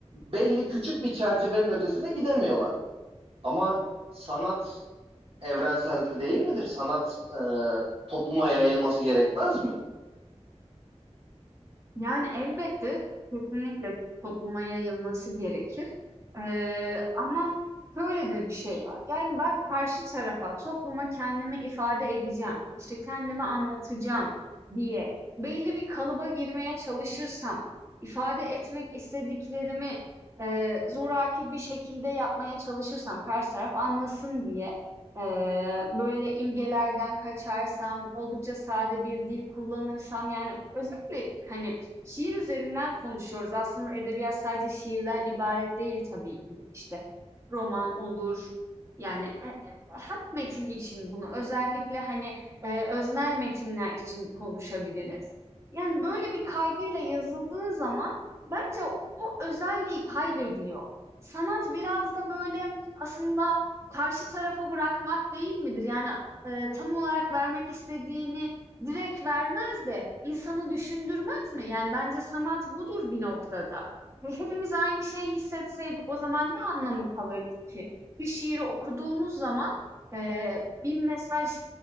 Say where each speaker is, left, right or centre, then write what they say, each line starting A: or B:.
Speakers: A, on the right; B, on the right.
A: belli küçük bir çerçevenin ötesine gidemiyorlar. Ama sanat evrensel değil midir? Sanat e, topluma yayılması gerekmez mi?
B: Yani, elbette, kesinlikle topluma yayılması gerekir. Eee, ama şöyle de bir şey var. Yani, ben karşı tarafa, topluma kendimi ifade edeceğim, işte, kendimi anlatacağım diye belli bir kalıba girmeye çalışırsam, ifade etmek istediklerimi, eee, zoraki bir şekilde yapmaya çalışırsam karşı taraf anlasın diye, eee, böyle imgelerden kaçarsam, oldukça sade bir dil kullanırsam, yani, özellikle, hani, Şiir üzerinden konuşuyoruz. Aslında edebiyat sadece şiirden ibaret değil tabii ki de. İşte roman olur. Yani e, e, her metin için bunu özellikle hani e, öznel metinler için konuşabiliriz. Yani böyle bir kaygıyla yazıldığı zaman bence o, o özelliği kaybediyor. Sanat biraz da böyle aslında karşı tarafa bırakmak değil midir? Yani e, tam olarak vermek istediğini direkt vermez de insanı düşündürmez mı? Yani bence sanat budur bir noktada. Ve hepimiz aynı şeyi hissetseydik o zaman ne anlamı kalırdı ki? Bir şiiri okuduğumuz zaman eee, bir mesaj,